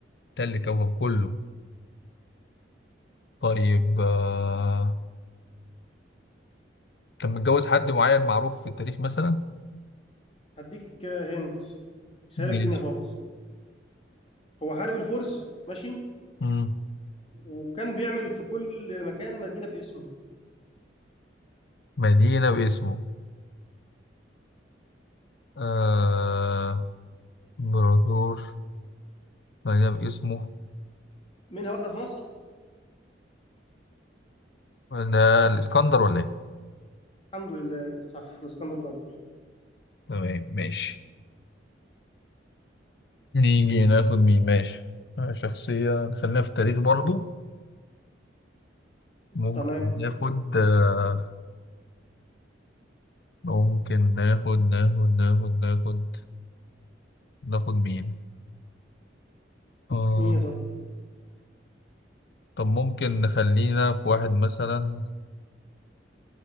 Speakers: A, on the left (about 60°); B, on the left (about 30°).
A: تل كوكب كله طيب آه، كان متجوز حد معين معروف في التاريخ مثلا
B: هديك هنت سهلك
A: ماشي
B: الدنيا خالص هو حارب الفرس ماشي
A: مم.
B: وكان بيعمل في كل مكان مدينة باسمه
A: مدينه باسمه آه، امبراطور مدينه باسمه
B: منها واحدة في مصر
A: ده الاسكندر ولا ايه
B: الحمد لله صح الاسكندر الأكبر
A: تمام ماشي نيجي ناخد مين ماشي آه، شخصية خلينا في التاريخ برضو ممكن
B: تمام
A: ناخد آه، ممكن ناخد ناخد ناخد ناخد ناخد مين آه،
B: مين يا ترى
A: طب ممكن نخلينا في واحد مثلا